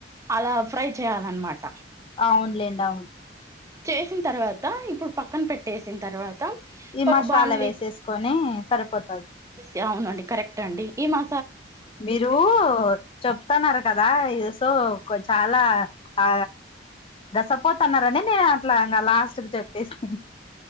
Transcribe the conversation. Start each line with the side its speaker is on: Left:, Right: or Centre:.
Right: అలా ఫ్రై చేయాలన్నమాట
Left: అవునులేండి అవునులే
Right: చేసిన తర్వాత తర్వాత ఇప్పుడు పక్కన పెట్టేసిన తర్వాత
Left: ఈ మసాలా
Right: ఒక బాండ్లీ
Left: వేసేసుకొని సరిపోతది
Right: యా అవునండి కరెక్ట్ అండి ఈ మా
Left: మీరు చెప్తన్నారు కదా ఈ సో కొంచెం చాలా ఆ గసపోతన్నరని నేను అట్లా ఇంగ లాస్ట్ చెప్పేసిన